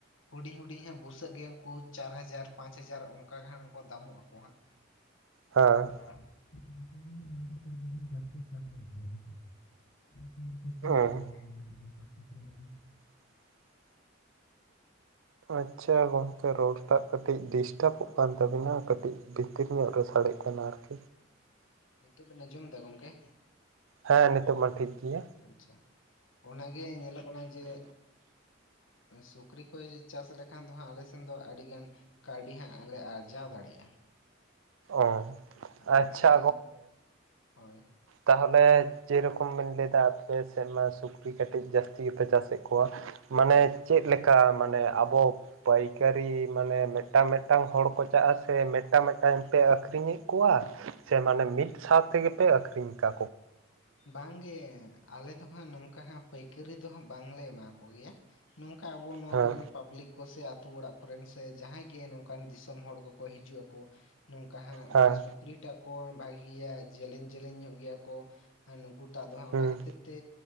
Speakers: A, on the left (about 80°); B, on the right (about 85°).
A: ᱦᱩᱰᱤᱧ ᱦᱩᱰᱤᱧ ᱧᱚᱜ ᱵᱩᱥᱟᱹᱜ ᱜᱮ ᱩᱱᱠᱩ ᱪᱟᱨ ᱦᱟᱡᱟᱨ ᱯᱟᱸᱪ ᱦᱟᱡᱟᱨ ᱚᱱᱠᱟ ᱜᱟᱱ ᱠᱚ ᱫᱟᱢᱚᱜ ᱟᱠᱚ ᱦᱟᱸᱜ᱾
B: ᱦᱟᱸ
A: ᱦᱟᱸ ᱩᱱᱠᱩ ᱜᱮ ᱦᱟᱸᱜ ᱚᱱᱟ ᱠᱷᱟᱹᱛᱤᱨ ᱜᱮ ᱦᱟᱸᱜ ᱡᱟᱹᱥᱛᱤ ᱪᱟᱥ ᱦᱩᱭᱩᱜ ᱜᱮᱭᱟ ᱟᱞᱮ ᱥᱮᱫ ᱫᱚ <unintelligible> ᱟᱯᱮ ᱥᱮᱫ ᱫᱚᱯᱮ ᱪᱟᱥ
B: ᱦᱩᱸ
A: ᱠᱚᱜᱮᱭᱟ ᱥᱮ ᱵᱟᱝ ᱱᱚᱝᱠᱟᱱ ᱥᱩᱠᱨᱤ ᱠᱚᱫᱚ?
B: <inaudible> ᱟᱪᱪᱷᱟ ᱜᱚᱝᱠᱮ ᱨᱚᱲ ᱴᱟᱜ ᱠᱟᱹᱴᱤᱡ ᱰᱤᱥᱴᱟᱵᱚᱜ ᱠᱟᱱ ᱛᱟᱵᱤᱱᱟ᱾ ᱠᱟᱹᱴᱤᱡ
A: ᱟᱪᱪᱷᱟ
B: ᱵᱷᱤᱛᱤᱨ
A: ᱟᱪᱪᱷᱟ
B: ᱧᱚᱜ ᱨᱮ ᱥᱟᱰᱮᱜ ᱠᱟᱱᱟ ᱟᱨᱠᱤ᱾
A: ᱦᱩᱸ, ᱱᱤᱛᱚᱜ ᱵᱤᱱ ᱟᱸᱡᱚᱢ ᱮᱫᱟ ᱜᱚᱝᱠᱮ?
B: ᱦᱮᱸ ᱱᱤᱛᱚᱜ ᱢᱟ ᱴᱷᱤᱠ ᱜᱮᱭᱟ᱾
A: ᱟᱪᱪᱷᱟ ᱚᱱᱟᱜᱮ ᱧᱮᱞᱚᱜ ᱠᱟᱱᱟ ᱡᱮᱼᱼ ᱥᱩᱠᱨᱤ ᱠᱚ ᱪᱟᱥ ᱞᱮᱠᱷᱟᱱ ᱫᱚ ᱦᱟᱸᱜ ᱟᱞᱮ ᱥᱮᱱ ᱫᱚ ᱟᱹᱰᱤᱜᱟᱱᱼᱼ ᱠᱟᱣᱰᱤ ᱦᱟᱸᱜ ᱞᱮ ᱟᱨᱡᱟᱣ ᱫᱟᱲᱮᱭᱟᱜ-ᱟ᱾
B: ᱚ
A: ᱟᱸ
B: ᱟᱪᱪᱷᱟ
A: ᱢᱟᱱᱮ ᱦᱚᱭ᱾
B: ᱛᱟᱦᱚᱞᱮᱼᱼ ᱡᱮᱨᱚᱠᱚᱢ ᱵᱤᱱ ᱞᱟᱹᱭᱫᱟ ᱟᱯᱮ ᱥᱮᱫ ᱢᱟ ᱥᱩᱠᱨᱤ ᱠᱟᱹᱴᱤᱡ ᱡᱟᱹᱥᱛᱤ ᱜᱮᱯᱮ ᱪᱟᱥᱮᱫ ᱠᱚᱣᱟᱼᱼ ᱢᱟᱱᱮ
A: ᱦᱳᱭ
B: ᱪᱮᱫ ᱞᱮᱠᱟ, ᱢᱟᱱᱮ ᱟᱵᱚᱼᱼ ᱯᱟᱹᱭᱠᱟᱹᱨᱤ ᱢᱟᱱᱮ ᱢᱮᱴᱟᱝ ᱢᱤᱫᱴᱟᱝ ᱦᱚᱲ ᱠᱚ ᱪᱟᱜ-ᱟ ᱥᱮ ᱢᱮᱫᱴᱟᱝ ᱢᱮᱫᱴᱟᱝ ᱯᱮ ᱟᱠᱷᱨᱤᱧᱮᱫ ᱠᱚᱣᱟ? ᱥᱮ ᱢᱟᱱᱮ ᱢᱤᱫ ᱥᱟᱶ ᱛᱮᱜᱮᱯᱮ ᱟᱹᱠᱷᱨᱤᱧ ᱠᱟ
A: ᱵᱟᱝᱜᱮ᱾ ᱟᱞᱮ ᱫᱚ ᱦᱟᱸᱜ ᱱᱚᱝᱠᱟ ᱦᱟᱸᱜ ᱯᱟᱹᱭᱠᱟᱹᱨᱤ ᱫᱚ ᱦᱟᱸᱜ ᱵᱟᱝᱞᱮ ᱮᱢᱟ ᱠᱚ ᱜᱮᱭᱟ, ᱱᱚᱝᱠᱟ ᱟᱵᱚ ᱱᱚᱣᱟ
B: ᱦᱮᱸ
A: ᱠᱚᱨᱮᱱᱼᱼ ᱯᱟᱵᱽᱞᱤᱠ ᱠᱚᱥᱮ ᱟᱹᱛᱩ ᱚᱲᱟᱜ ᱠᱚᱨᱮᱱ ᱥᱮ ᱡᱟᱦᱟᱸᱭ ᱜᱮ ᱱᱚᱝᱠᱟᱱ ᱫᱤᱥᱚᱢ ᱦᱚᱲ ᱠᱚᱠᱚ ᱦᱤᱡᱩᱜ-ᱟᱠᱚ ᱱᱚᱝᱠᱟ ᱦᱟᱸᱜ
B: ᱦᱮᱸ
A: ᱢᱟᱱᱮ ᱥᱩᱠᱨᱤᱴᱟᱜ ᱠᱚ ᱵᱷᱟᱹᱜᱮᱭᱟ ᱡᱮᱞᱮᱧ ᱡᱮᱞᱮᱧ ᱧᱚᱜ ᱜᱮᱭᱟᱼᱼ ᱠᱚ ᱱᱩᱠᱩᱴᱟᱜ ᱫᱚ ᱦᱟᱸᱜ
B: ᱦᱩᱸ
A: ᱚᱱᱟ ᱠᱷᱟᱹᱛᱤᱨ ᱛᱮᱻ